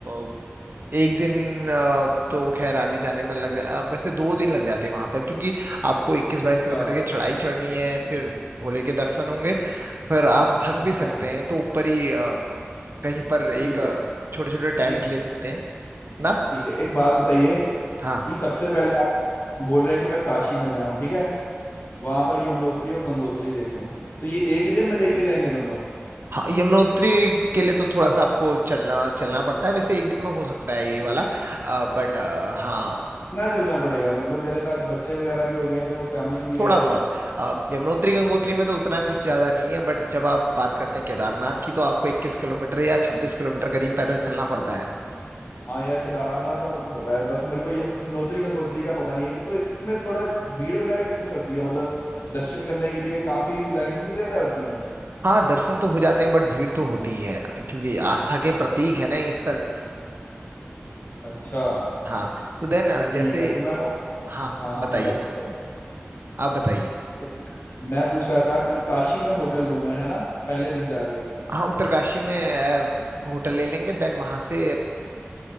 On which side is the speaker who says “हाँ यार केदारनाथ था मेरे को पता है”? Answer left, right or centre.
Left